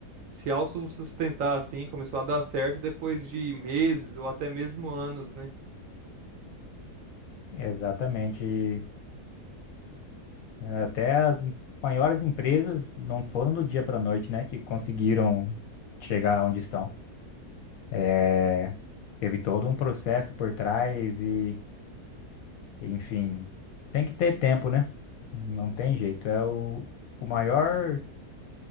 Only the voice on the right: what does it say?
se autossustentar assim, começou a dar certo depois de meses ou até mesmo anos, né?